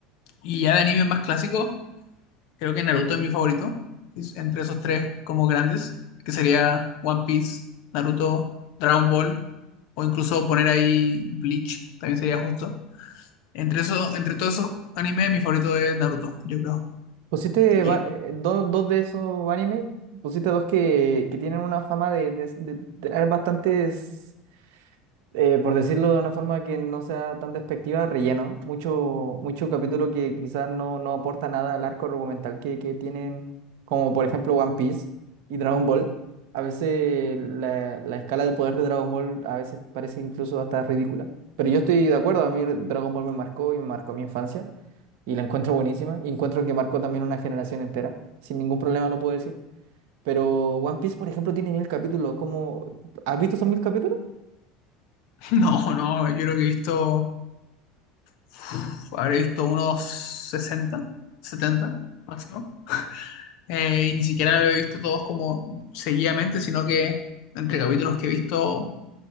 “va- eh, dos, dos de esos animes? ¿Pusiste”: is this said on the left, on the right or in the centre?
Right